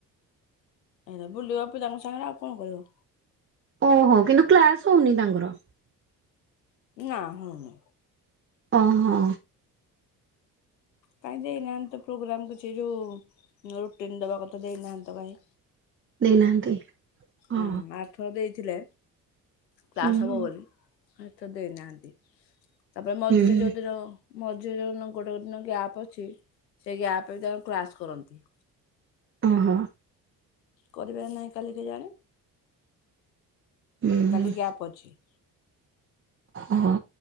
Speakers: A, on the left (about 80°); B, on the right (about 25°).
A: ଏଇରା ବୁଲିବ ପିଲାଙ୍କ ସାଙ୍ଗରେ ଆଉ କଣ କରିବ।
B: ଓହୋ କିନ୍ତୁ କ୍ଲାସ ହଉନି ତାଙ୍କର?
A: ନା ହେଉନି।
B: ଓ ହ।
A: କାଇଁ ଦେଇନାହାନ୍ତି ତ ପ୍ରୋଗ୍ରାମ କିଛି ଯୋଉ ରୁଟିନ ଦବା କଥା ଦେଇନାହାନ୍ତି ତ କାହିଁ।
B: ଦେଇନାହାନ୍ତି। ହଁ
A: ଉଁ ଆଉଥର ଦେଇଥିଲେ କ୍ଲାସ
B: ହୁଁ
A: ହବ
B: ହୁଁ
A: ବୋଲି। ଏ ତ ଦେଇନାହାନ୍ତି ତାପରେ ମଝିରେ
B: ହୁଁ,
A: ଯୋଉଦିନ ମଝିରେ ଯୋଉ ଦିନ ଗୋଟେ ଗୋଟେ ଦିନ ଗ୍ୟାପ୍ ଅଛି। ସେଇ ଗ୍ୟାପ୍ ବି ତାଙ୍କ କ୍ରାସ୍ କରନ୍ତି।
B: ଓ ହଁ।
A: କରିବେ ନା ନାହିଁ କାଲି କେଜାଣି।
B: ହୁଁ ହୁଁ,
A: କାଲି ଗ୍ୟାପ ଅଛି।
B: ଓ